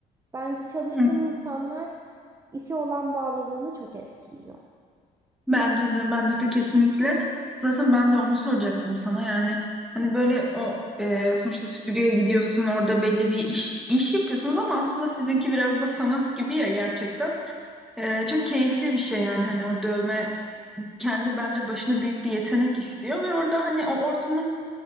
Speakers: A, on the right; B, in the centre.
A: Bence çalıştığın
B: Hı hı.
A: insanlar işe olan bağlılığını çok etkiliyor.
B: Bence de bence de kesinlikle. Zaten ben de onu soracaktım sana. Yani hani böyle o e, sonuçta stüdyoya gidiyorsun orada belli bir iş iş yapıyorsunuz ama aslında sizinki biraz da sanat gibi ya gerçekten. E, çok keyifli bir şey yani hani o dövme kendi bence başına büyük bir yetenek istiyor ve orada hani o ortamın